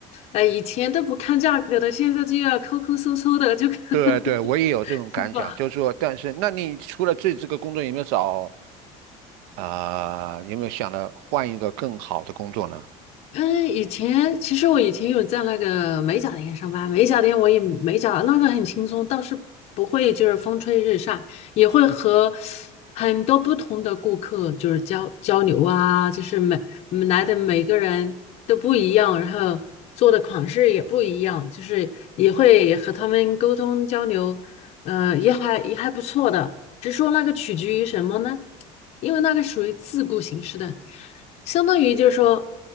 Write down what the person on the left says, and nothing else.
哎，以前都不看价格的，现在就要抠抠搜搜的，就看
<laughs>
是吧？
嗯，以前其实我以前有在那个美甲店上班，美甲店我也美甲，那个很轻松，倒是不会就是风吹日晒，也会和很多不同的顾客就是交交流啊，就是每嗯来的每个人都不一样，然后做的款式也不一样，就是也会和他们沟通交流，呃，也还也还不错的，只是说那个取决于什么呢？因为那个属于自雇形式的。相当于就是说，